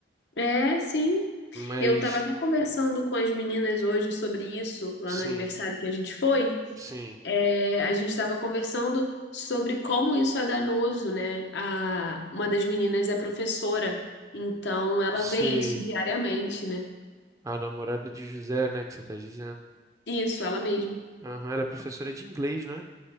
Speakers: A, on the left; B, on the right.
A: É, sim.
B: Mas,
A: Eu estava até conversando com as meninas hoje sobre isso, lá
B: sim,
A: no aniversário que a gente foi.
B: sim.
A: É, a gente estava conversando sobre como isso é danoso, né? A, uma das meninas é professora, então ela
B: Se
A: vê isso diariamente, né?
B: a namorada de José, né, que você está dizendo.
A: Isso, ela mesma.
B: Aham, ela é professora de inglês, né?